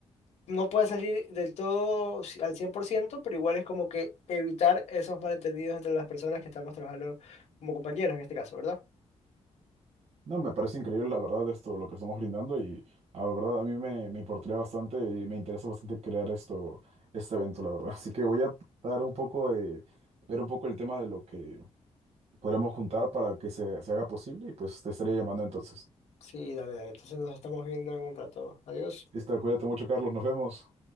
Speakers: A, on the left (about 70°); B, on the right (about 65°).
A: no puede salir del todo ci- al cien por ciento pero igual es como que evitar esos malentendidos entre las personas que estamos trabajando como compañeros en este caso, ¿verdad?
B: No, me parece increíble la verdad esto, lo que estamos brindando y la verdad a mí me, me importaría bastante y me interesa bastante crear esto, este evento, la verdad. <laughs> Así que voy a dar un poco de, ver un poco el tema de lo que podremos juntar para que se, se haga posible y pues te estaré llamando entonces.
A: Sí, dale, dale. Entonces nos estamos viendo en un rato. Adiós.
B: Listo, cuídate mucho, Carlos, nos vemos.